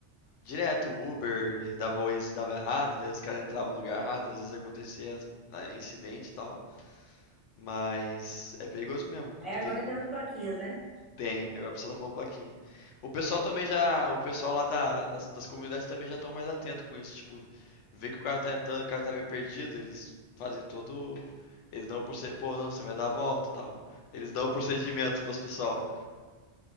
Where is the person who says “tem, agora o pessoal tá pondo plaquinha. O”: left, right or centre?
Left